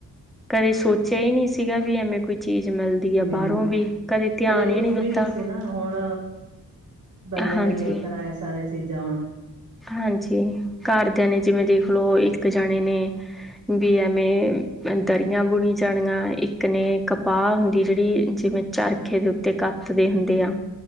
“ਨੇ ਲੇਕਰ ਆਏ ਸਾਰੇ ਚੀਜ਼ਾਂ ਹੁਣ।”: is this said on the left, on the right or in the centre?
Right